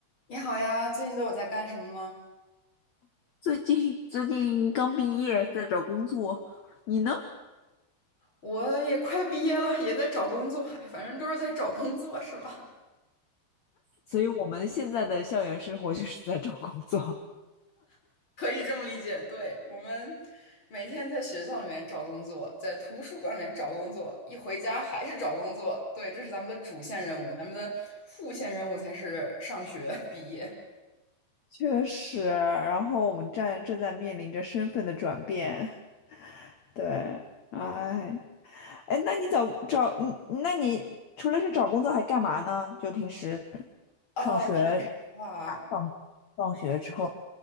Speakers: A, on the left; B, on the left.
A: 你好呀，最近都有在干什么吗？
B: 最近最近刚毕业，在找工作，你呢？
A: 我也快毕业了，也在找工作，<laughs> 哎反正都是在找工作，是吧？
B: 所以我们现在的校园生活就是在找工作。
A: <laughs> 可以这么理解。对，我们每天在学校里面找工作，在图书馆里面找工作，一回家还是找工作。对，这是咱们的主线任务，咱们的副线任务才是上学 <laughs> 毕业。
B: <laughs> 确实，然后我们正正在面临着身份的转变，对，哎，哎，那你找找，嗯，那你除了是找工作还干嘛呢？就平时
A: 啊，
B: 上学
A: 听话，
B: 放放学之后。